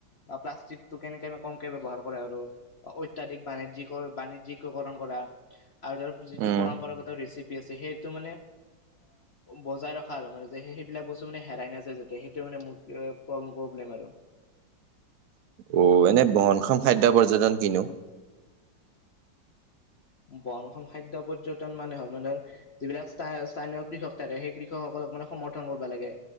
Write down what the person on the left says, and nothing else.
বা প্লাষ্টিকটো কেনেকে কমকে ব্যৱহাৰ কৰে আৰু অত্যাধিক বাণিজ্ বাণিজ্যিক কৰণ কৰে। আৰু ধৰ যিটো
পৰম্পৰাগত ৰেচিপি আছে সেই। সেইটো মানে বজাই ৰখা মানে সেইবিলাক বস্তু মানে হেৰাই নাযায় যাতে সেইটো মানে মু। প্ৰব্লেম আৰু।
বহনখম খাদ্য পৰ্যটন মানে হল মানে যিবিলাক স্থা স্থানীয় কৃষক থাকে সেই কৃষকসকল। সমৰ্থন কৰিব লাগে